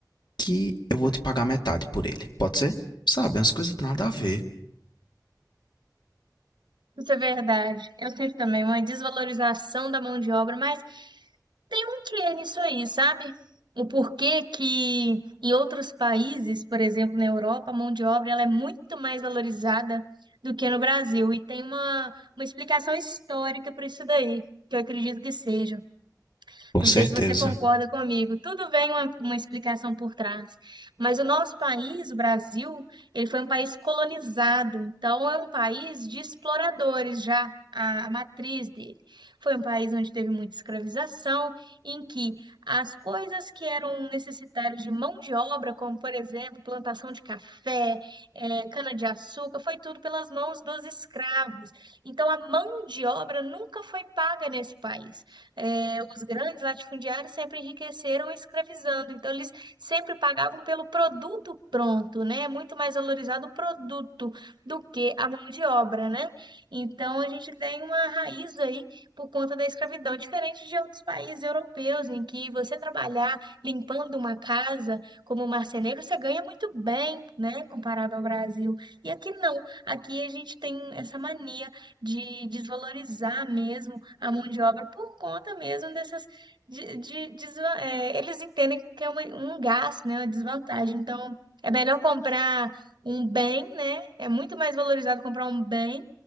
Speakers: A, on the left (about 75°); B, on the right (about 80°).
A: que eu vou te pagar metade por ele. Pode ser? Sabe, umas coisas nada a ver.
B: Isso é verdade. Eu sinto também uma desvalorização da mão de obra, mas Tem um quê nisso aí, sabe? O porquê que em outros países, por exemplo, na Europa, a mão de obra ela é muito mais valorizada do que no Brasil. E tem uma, uma explicação histórica para isso daí, que eu acredito que seja.
A: Com
B: Não
A: certeza.
B: sei se você concorda comigo. Tudo bem uma, uma explicação por trás, mas o nosso país, o Brasil, ele foi um país colonizado, então é um país de exploradores já, a, a matriz dele. Foi um país onde teve muita escravização, em que as coisas que eram necessitárias de mão de obra, como por exemplo, plantação de café, eh, cana-de-açúcar, foi tudo pelas mãos dos escravos. Então a mão de obra nunca foi paga nesse país eh, os grandes latifundiários sempre enriqueceram escravizando. Então, eles sempre pagavam pelo produto pronto, né? É muito mais valorizado o produto do que a mão de obra, né? Então, a gente tem uma raiz aí por conta da escravidão, diferente de outros países europeus, em que você trabalhar limpando uma casa como marceneiro, você ganha muito bem, né? Comparado ao Brasil. E aqui não. Aqui a gente tem essa mania de desvalorizar mesmo a mão de obra por conta mesmo dessas de, de- desva- é, eles entendem que é uma- um gasto, né, uma desvantagem. Então, é melhor comprar um bem, né? É muito mais valorizado comprar um bem